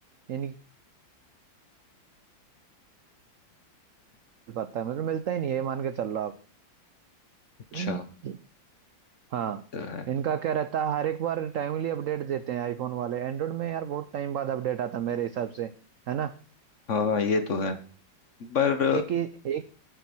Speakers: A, on the right; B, on the left.
A: इनकी पाता है मतलब मिलता ही नहीं है मान के चल रहा
B: अच्छा
A: आप <coughs> हाँ
B: तो है
A: इनका क्या रहता है हर एक बार टाइमली अपडेट देते हैं आईफोन वाले एंड्रॉइड में यार बहुत टाइम बाद अपडेट आता है मेरे हिसाब से है ना
B: हाँ ये तो है पर
A: एक ही एक